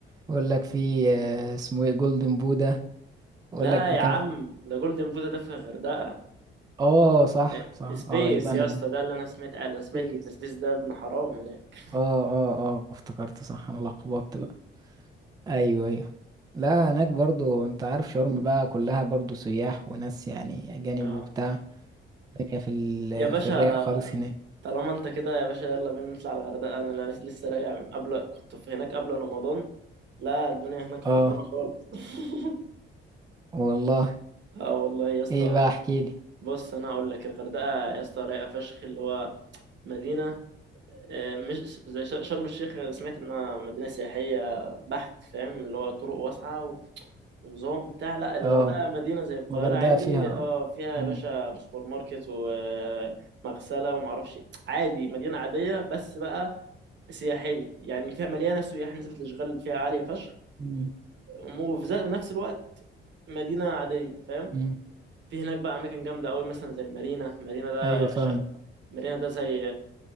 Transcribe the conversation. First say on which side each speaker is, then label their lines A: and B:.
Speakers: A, on the right; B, on the right.
A: يقول لك في آه، اسمه ايه جولدن بودا يقول
B: لا
A: لك مكان
B: يا عم
A: في
B: ده جولدن بودا ده في الغردقه
A: اه صح
B: لا،
A: صح
B: سبيس
A: اه يبقى انا
B: يا اسطى ده اللي انا سمعت انا سمعت
A: بيس
B: ان سبيس ده ابن حرام هناك
A: اه اه اه افتكرت صح انا لخبطت بقى ايوه ايوه لا هناك برضو انت عارف شرم بقى كلها برضو سياح وناس يعني اجانب
B: آه.
A: وبتاع الدنيا في ال
B: يا باشا
A: في الرايق خالص هناك
B: طالما انت كده يا باشا يلا بينا نطلع الغردقه انا أنا لسه راجع من قبل كنت في هناك قبل رمضان لا الدنيا هناك خربانه
A: اه
B: خالص <laughs>
A: والله
B: اه والله يا اسطى
A: ايه بقى احكيلي
B: بص انا اقول لك الغردقه يا اسطى رايقه فشخ اللي هو مدينه آه، مش زي ش- شرم الشيخ سمعت انها مدينه سياحيه بحت فاهم اللي هو طرق واسعه و- ونظام وبتاع لا الغردقه
A: اه
B: مدينه زي القاهره
A: الغردقة
B: عادي
A: فيها
B: اه فيها
A: مم.
B: يا باشا سوبر ماركت ومغسله ومعرفش إيه. عادي مدينه عاديه بس بقى سياحيه يعني فيها مليانه سياح نسبه الاشغال فيها عاليه فشخ
A: مم.
B: وفي ذات- في نفس الوقت مدينه عاديه فاهم
A: مم.
B: في هناك بقى اماكن جامده قوي مثلا زي المارينا مارينا ده
A: ايوه
B: يا باشا
A: فاهم
B: مارينا ده زي